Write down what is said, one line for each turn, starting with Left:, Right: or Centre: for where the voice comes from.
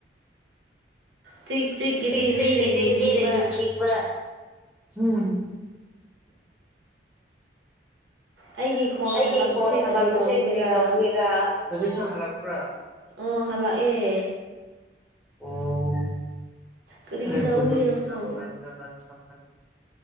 Right: ꯆꯨꯏ ꯆꯨꯏꯒꯤꯗꯤ
Centre: ꯆꯛ ꯆꯛꯀꯤꯗꯤ
Right: ꯃꯤꯅ ꯌꯦꯡꯅꯤꯡꯕ
Centre: ꯃꯤꯔꯌꯦ ꯀꯤꯛꯕ ꯎꯝ
Right: ꯑꯩꯒꯤ ꯈꯣꯟ
Centre: ꯑꯩꯒꯤ
Right: ꯍꯜꯂꯛꯄꯁꯦ
Centre: ꯐꯣꯟ ꯍꯜꯂꯛꯎꯁꯦ
Right: ꯀꯔꯤ ꯇꯧꯕꯒꯤꯔꯥ
Centre: ꯀꯔꯤ ꯇꯧꯒꯔꯄ꯭ꯔ
Right: ꯑꯥ ꯍꯜꯂꯛꯑꯦ
Centre: ꯑꯣ
Right: ꯀꯔꯤ
Centre: ꯑꯩꯂ
Right: ꯇꯧꯕꯒꯤꯔꯀꯣ
Centre: ꯈꯔ ꯀꯜꯂ ꯊꯃ